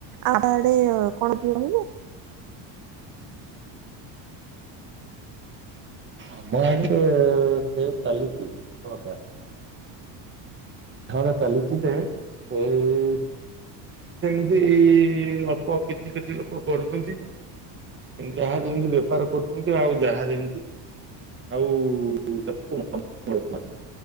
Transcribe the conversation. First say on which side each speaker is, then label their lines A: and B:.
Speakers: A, on the right; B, on the right.
A: ଆମ ଆଡେ କଣ କିଣିବେ?
B: ଆମ ଆଡେ ସେ ଚାଲିଛି ହୁଅନ୍ତା ଥରେ ଚାଲିଚି ଯେ ଏଇ ସେମିତି ଅଳ୍ପ କିଛି କିଛି ଲୋକ କରୁଛନ୍ତି। ଯାହା ଯେମିତି ବେପାର କରୁଛନ୍ତି ଆଉ ଯାହା ଯେମିତି ଆଉ <unintelligible>